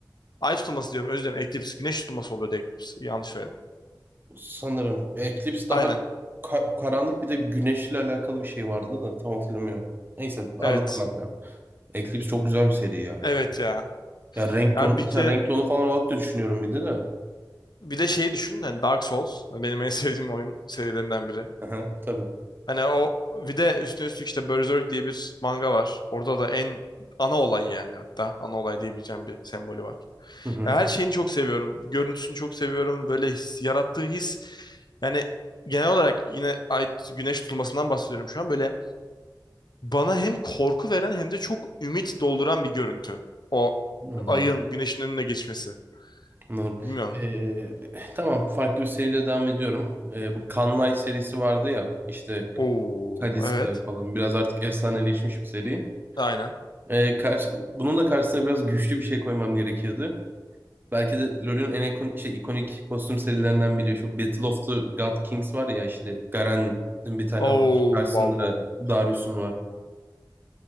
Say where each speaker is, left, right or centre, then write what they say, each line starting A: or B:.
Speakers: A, on the left; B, on the right.
A: Ay tutulması diyorum özür dilerim. Eclipse. Güneş tutulması oluyordu Eclipse. Yanlış söyledim.
B: Sanırım. Eclipse daha
A: Aynen.
B: ka- karanlık bir de güneşle alakalı bir şey vardı da tam hatırlamıyorum. Neyse anladım
A: Evet.
B: ben. sana. Eclipse çok güzel bir seri ya.
A: Evet ya.
B: Ya renk
A: Ya
B: tonu,
A: bir
B: mesela
A: kere
B: renk tonu falan olarak da düşünüyorum bir de de.
A: bir de şeyi düşün hani Dark Souls benim en <laughs> sevdiğim oyun serilerinden biri.
B: Aha, tabii.
A: Hani o bir de üstüne üstlük işte Berserk diye bir manga var. Orada da en ana olay yani hatta ana olay diyebileceğim bir sembolü var.
B: Hı hı,
A: Ya her şeyini çok seviyorum. Görüntüsünü çok seviyorum. Böyle his, yarattığı his yani genel olarak yine ay güneş tutulmasından bahsediyorum şu an. Böyle bana hem korku veren hem de çok ümit dolduran bir görüntü. O
B: anladım.
A: ayın güneşin önüne geçmesi.
B: Anladım.
A: Bilmiyorum.
B: Ee, tamam farklı bir seriyle devam ediyorum. Ee, bu Kanlay serisi vardı ya işte
A: Oo,
B: Kalista
A: evet.
B: falan biraz artık efsaneleşmiş bir seri.
A: Aynen.
B: Ee, karş- bunun da karşısına biraz güçlü bir şey koymam gerekiyordu. Belki de LoL'ün en ikon- şey, ikonik kostüm serilerinden biri. Şu Battle of the God Kings var ya işte Garen'in bir tane
A: Oo,
B: var. Karşısında
A: wow, wow, wow.
B: Darius'un var.